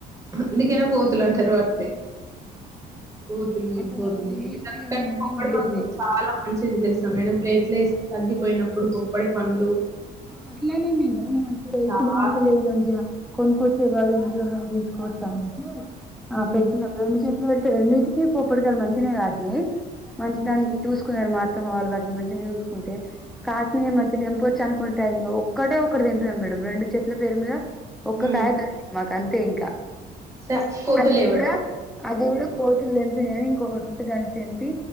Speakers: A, on the right; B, in the centre.
A: అందుకేనా కోతులు అంటరు వాటిని కోతుల్ని
B: అసలు
A: కోతులుం
B: అవి వేస్ట్ గా
A: కానీ
B: తెంపి
A: పొప్పాడి
B: పడేసినాయి
A: పండు చాలా మంచిది తెల్సా మేడం అట్లే తగ్గిపోయినప్పుడు పుప్పొడి పండ్లు
B: ఆ అట్లనే <unintelligible> ఇప్పుడు హెల్త్
A: చాలా
B: బాగుంటలేదు మంచిగా కొనుక్కొచ్చేవారు ఇంట్లో తీసుకోవచ్చా ఆ
A: హ్మ్.
B: పెట్టిన రెండు చెట్ పెడితే రెండిటికి పోప్పడి కాయలు మంచిగనే కాసినయి మంచిదానికి
A: హ్మ్.
B: చూసుకున్నారు మా అత్తమ్మ వాళ్ళు వాటిని మంచిగా చూసుకుంటే కాసినయి మంచిగ తెంపవచ్చు అనుకు టైంలో ఒక్కటే ఒకటి తెంపినం మేడం రెండు చెట్ల పేరు మీద ఒక్క
A: హ్మ్.
B: కాయ దొరికింది మాక్ అం తెే ఇంకా
A: చ కోతులు
B: అది
A: చేపట్టాయి.
B: గుడా అది గుడా కో తెంపింది కానీ ఇంకొకటి ఉంటే దాన్ని తెంపి